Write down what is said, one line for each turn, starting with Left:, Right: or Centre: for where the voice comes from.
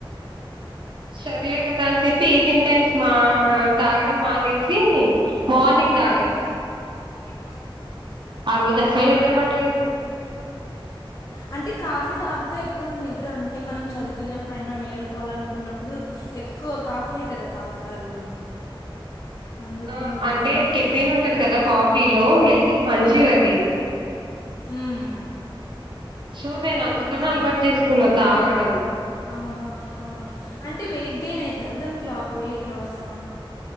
Right: సర్లే కదా అని చెప్పి ఈవినింగ్ టైమ్స్ మా ఆ తాగడం మానేసి మార్నింగ్ తాగ
Left: కానీ కానీ
Right: ఆ రోజు అసలు నిద్ర పట్టలేదు
Left: అంటే కాఫీ తాగితే ఎక్కువ నిద్ర అంటే మనం చదువుకున్నప్పుడైనా మేలుకోవాలనుకున్నప్పుడు అప్పుడు ఎక్కువ కాఫీయే కదా తాగుతారు అందుకు
Right: ఆ
Left: నిద్ర
Right: అంటే
Left: పట్టదేమో
Right: కెఫేన్ ఉంటది కదా కాఫీలో హెల్త్ కి మంచిది
Left: మ్మ్.
Right: అది
Left: మ్మ్.
Right: సో నేను అందుకని
Left: ఆ.
Right: అలవాటు చేసుకున్న తాగడం
Left: ఆహా హ అంటే వెయిట్ గెయిన్ అయితరా దానికి లా వెయిట్ లాసా